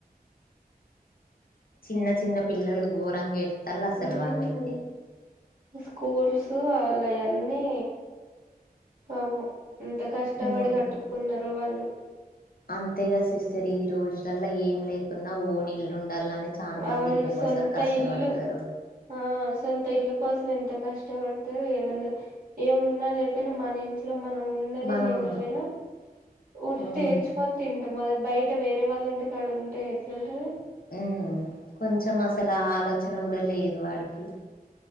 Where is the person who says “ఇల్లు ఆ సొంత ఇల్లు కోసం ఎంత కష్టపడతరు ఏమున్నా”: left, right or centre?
Right